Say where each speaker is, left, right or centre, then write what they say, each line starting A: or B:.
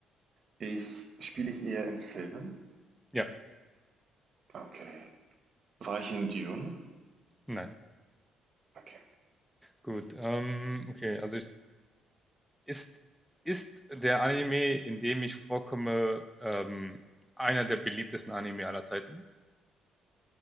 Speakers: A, on the right; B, in the centre.
A: Ich spiele ich eher in Filmen?
B: ja,
A: Okay. War ich in Dune?
B: nein.
A: Okay.
B: Gut, ähm, okay, also, ich, ist, ist der Anime, in dem ich vorkomme, ähm, einer der beliebtesten Anime aller Zeiten?